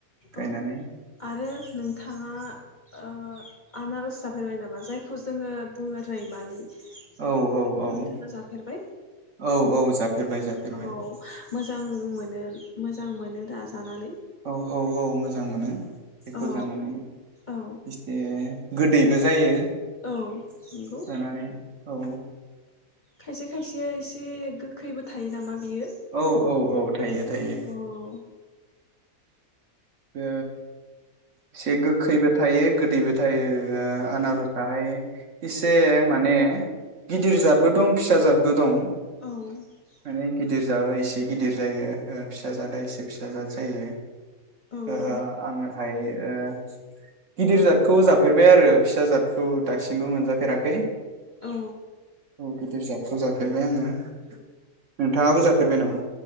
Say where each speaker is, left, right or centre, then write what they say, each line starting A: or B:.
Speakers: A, on the right; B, on the left.
A: गायनानै
B: औ आरो नोंथाङा ओ आनारस जाफैबाय नामा? जायखौ जोङो बुङो रैमालि।
A: औ औ
B: बेखौ नोंथाङा
A: औ
B: जाफेरबाय
A: औ औ जाफेरबाय जाफेरबाय
B: औ मोजां मोनो मोजां मोजां मोनो दा जानानै?
A: औ औ औ मोजां मोनो। बेखौ
B: औ
A: जानानै
B: औ
A: एसे गोदैबो जायो।
B: औ नंगौ।
A: जानानै औ
B: खायसे-खायसेयै एसे गोखै खैबो थायो नामा। बियो औ।
A: औ थायो थायो
B: ओम।
A: ओ एसे गोखैबो थायो गोदैबो थायो आनारसाहाय एसे माने गिदिर जादबो दं फिसा जादबो दं।
B: औ।
A: माने गिदिर जादा एसे गिदिर जायो ओ फिसा जादा एसे फिसा जाद जायो।
B: औ
A: ओ
B: नों
A: आङो ओमफाय ओ गिदिर जादखौ जाफेरबाय आरो फिसा जादखौ दासिमबो मोनजाफेराखै
B: औ
A: औ गिदिर जादखौ जाफेरबाय आङो नोंथाङाबो जाफेरबाय नामा।